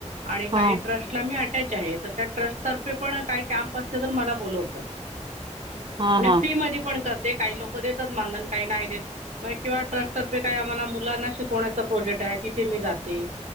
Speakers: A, on the right; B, on the right.
A: आणि
B: हां
A: काही ट्रस्ट मी अटॅच आहे तर त्या ट्रस्ट तर्फे पण काय कॅम्प असले तर मला बोलवतात.
B: हां
A: म्हणजे
B: हां
A: फ्री मध्ये पण कर काही लोक देतात मानधन, काही नाही देत, मग किंवा ट्रस्टर्फे काही आम्हाला मुलांना शीक कोणाचा प्रोजेक्ट आहे, तिथे मी जाते.